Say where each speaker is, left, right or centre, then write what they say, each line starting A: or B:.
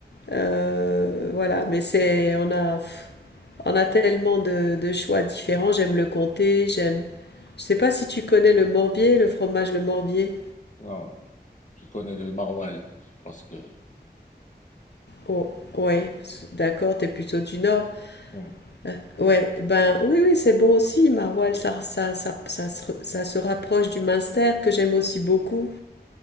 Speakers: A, on the left; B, on the left.
A: euh, voilà. Mais c'est, on a, pff, on a tellement de, de choix différents. J'aime le comté. J'aime Je sais pas si tu connais le morbier, le fromage le morbier.
B: Non, Je connais le maroilles parce que
A: Oh, ouais, d'accord, t'es plutôt du nord.
B: Mm.
A: Euh, Ouais, ben oui, oui, c'est bon aussi, maroilles, ça, ça, ça, ça, se- ça se rapproche du minster que j'aime aussi beaucoup.